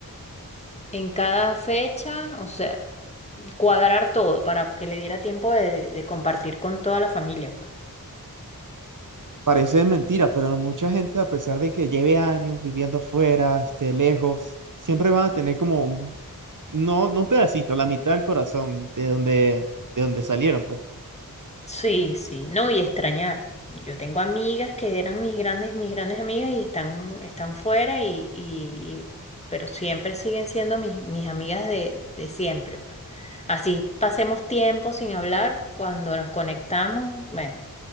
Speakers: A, on the left; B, on the right.
A: en cada fecha, o sea, cuadrar todo para que le diera tiempo de, de- de compartir con toda la familia, pues.
B: Parece mentira, pero mucha gente, a pesar de que lleve años viviendo fuera, esté lejos, siempre van a tener como un, no, no un pedacito, la mitad del corazón de donde, de donde salieron, pues.
A: Sí, sí, no, y extrañar. Yo tengo amigas que eran mis grandes, mis grandes amigas y están, están fuera y, y- y- pero siempre siguen siendo mis, mis amigas de, de siempre. pues. Así pasemos tiempo sin hablar, cuando nos conectamos, bueno,